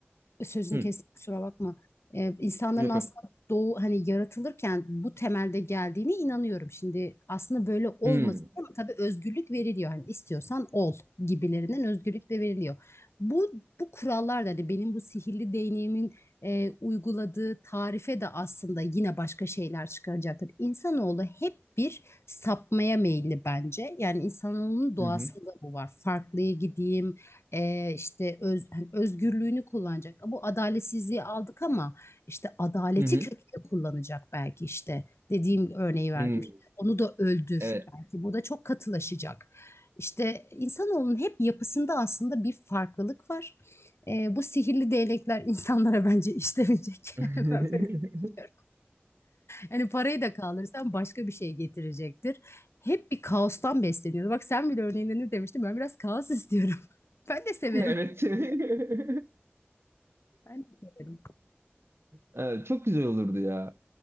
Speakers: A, on the left (about 90°); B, on the right (about 75°).
A: sözünü
B: Hı,
A: kestim kusura bakma. Ee, insanların
B: yok
A: aslında
B: yok.
A: doğu hani yaratılırken bu temelde geldiğine inanıyorum. Şimdi aslında böyle olmasın
B: Hı,
A: ama tabii özgürlük veriliyor. Hani istiyorsan ol gibilerinden özgürlük de veriliyor. Bu bu kurallar da hani benim bu sihirli değneğimin e, uyguladığı tarife de aslında yine başka şeyler çıkaracaktır. İnsanoğlu hep bir sapmaya meyilli bence. Yani insanoğlunun doğasında
B: hı,
A: bu var. Farklıya gideyim, e, işte öz, özgürlüğünü kullanacak. Bu adaletsizliği aldık ama işte adaleti
B: hı, hı,
A: kötüye kullanacak belki işte. Dediğim örneği verdim.
B: hı, hı.
A: İşte onu da öldür.
B: Evet.
A: Belki bu da çok katılaşacak. İşte insanoğlunun hep yapısında aslında bir farklılık var. Ee, bu sihirli değnekler insanlara bence işlemeyecek.
B: <laughs>
A: <laughs> Ben böyle düşünüyorum. Yani parayı da kaldırırsan başka bir şey getirecektir. Hep bir kaostan besleniyoruz. Bak sen bile örneğinde ne demiştin? Ben biraz kaos istiyorum. <laughs> Ben de severim.
B: Evet. <laughs>
A: Ben de severim.
B: Evet, çok güzel olurdu ya.